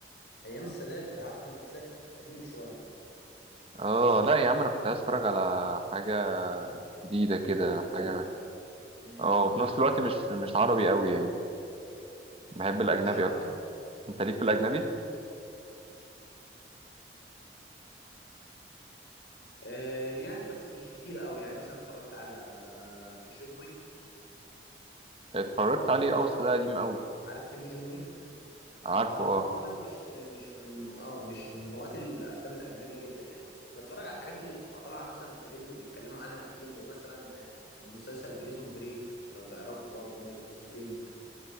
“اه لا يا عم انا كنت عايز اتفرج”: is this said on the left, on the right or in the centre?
Right